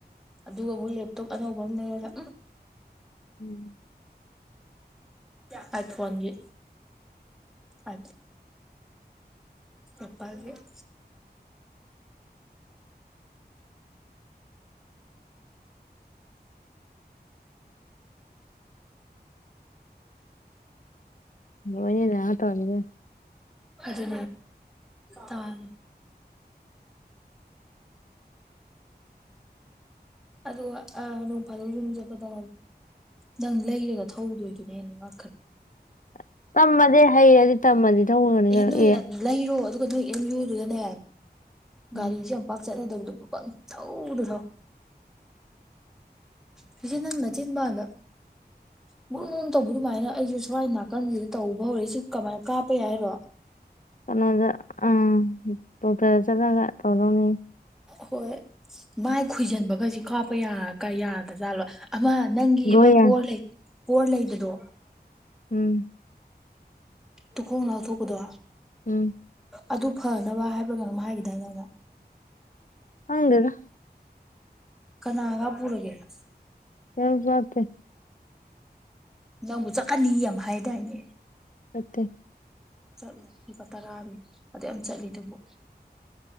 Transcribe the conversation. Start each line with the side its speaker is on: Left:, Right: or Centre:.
Centre: ꯑꯗꯨꯒ ꯑꯃꯨꯛ ꯂꯦꯞꯇꯣꯞ ꯑꯅꯧꯕ ꯑꯃ ꯂꯩꯔꯔ
Left: ꯎꯝ
Centre: ꯍꯥꯏ ꯐꯣꯟꯒꯤ ꯑ ꯑꯄꯥꯒꯦ <inaudible>
Left: <inaudible> ꯋꯥꯅꯦ ꯍꯥ ꯇꯒ
Centre: ꯑꯗꯨ ꯇꯥꯅ ꯑꯗꯨꯒ ꯅꯣꯡ ꯐꯥꯖꯅ ꯌꯨꯝ ꯆꯠꯄꯗ ꯅꯪ ꯂꯩꯔꯒ ꯊꯧꯗꯣꯏꯗꯨꯅꯦ ꯍꯦꯟꯅ ꯉꯥꯛꯇ
Left: <inaudible> ꯇꯝꯃꯗꯤ ꯍꯩꯔꯗꯤ ꯇꯝꯃꯗꯤ ꯇꯧꯔꯅꯤ ꯀ
Centre: ꯅꯣꯏ
Left: ꯑꯦ
Centre: ꯂꯩꯔꯣ ꯑꯗꯨꯒ ꯅꯣꯏ ꯑꯦꯝ ꯌꯨꯗꯨꯒꯅꯦ ꯒꯥꯔꯤꯁꯦ
Left: ꯎꯝ
Centre: ꯌꯥꯝ ꯄꯥꯛ ꯆꯠꯅꯗꯧ ꯆꯧꯗ ꯁꯤꯆꯦ ꯅꯪ ꯅ ꯆꯤꯟꯕꯗ
Left: <inaudible>
Centre: ꯃꯨꯛ ꯨꯅ ꯇꯧꯕ ꯑꯗꯨꯃꯥꯏꯅ ꯑꯩꯁꯨ ꯁ꯭ꯋꯥꯏ ꯅꯥꯀꯟꯁꯤꯗ ꯇꯧꯕ ꯍꯧꯔꯛꯏ ꯁꯤ ꯀꯃꯥꯏꯅ ꯀꯥꯞꯄꯦ ꯍꯥꯏꯔꯣ
Left: ꯀꯩꯅꯣꯗ ꯑ ꯇꯣꯇꯦꯔ ꯆꯠꯂꯒ ꯇꯧꯗꯣꯅꯤ
Centre: ꯍꯣꯏ ꯃꯥꯏ ꯈꯣꯏꯖꯟꯕ ꯈꯁꯤ ꯀꯥꯞꯄ ꯌꯥꯒ ꯌꯥꯗ꯭ꯔꯥꯖꯥꯠꯂꯣ ꯑꯃ ꯅꯪꯒꯤ
Left: ꯒ꯭ꯔꯣꯌꯔ
Centre: ꯑꯃ ꯄꯣꯔ ꯂꯩ ꯄꯣꯔ ꯂꯩꯕꯗꯣ
Left: ꯎꯝ
Centre: ꯇꯨ ꯈꯣꯡ ꯂꯊꯣꯛ ꯀꯗ
Left: ꯎꯝ
Centre: ꯑꯗꯨ ꯐꯅꯕ ꯍꯥꯏꯕꯒꯩꯅꯪ ꯍꯥꯏꯈꯤꯗꯥꯏ ꯅꯪꯅ
Left: ꯍꯪꯗꯔ
Centre: ꯀꯅꯥꯒ ꯄꯨꯔꯒꯦꯅ
Left: ꯍꯁ ꯐꯇꯦ
Centre: ꯅꯪꯕꯨ ꯆꯠꯀꯅꯤ ꯌꯥꯝ ꯍꯥꯏꯗꯥꯏꯅꯦ
Left: ꯑꯀꯦ
Centre: ꯆꯠꯂꯣ ꯂꯨꯄꯥ ꯇꯔꯥꯑꯅꯤ ꯑꯗꯨꯗꯩ ꯌꯥꯝ ꯆꯠꯂꯤꯗꯨꯕꯨ